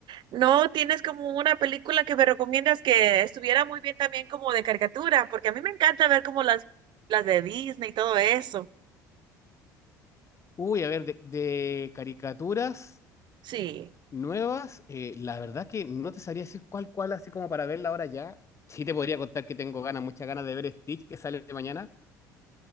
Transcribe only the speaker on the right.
no, tienes como una película que me recomiendas que estuviera muy bien también como de caricatura, porque a mí me encanta ver como las, las de Disney y todo eso.
Sí.